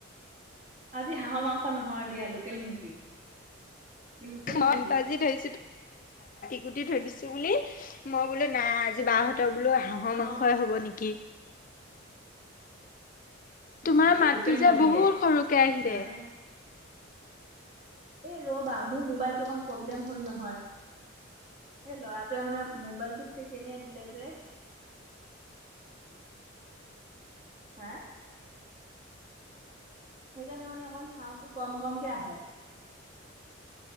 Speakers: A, on the right; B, on the left.
A: আজি হাঁহৰ মাংস নহয় দিয়া লোকেল মুৰ্গী। <inaudible>
B: <unintelligible>
A: মুৰ্গী
B: কাটি কুটি থৈ দিছো বুলি, মই বোলো নাই আজি বাহঁতৰ বোলো হাঁহৰ
A: অ
B: মাংসই হব নেকি তোমাৰ
A: হেৰি
B: মাতটো
A: লোকেল
B: যে
A: মুৰ্গীহে
B: বহুত সৰুকে আহিছে
A: মানে এহ ৰবা, মোৰ মোবাইলটো অকন প প্ৰব্লেম হল নহয়, এই লৰাটোৱে মানে মোবাইলটোত তেকেনিয়াই দিলে যে হা সেইকাৰণে মানে অকমান চাউণ্ডটো কম‌ কমকে আহে।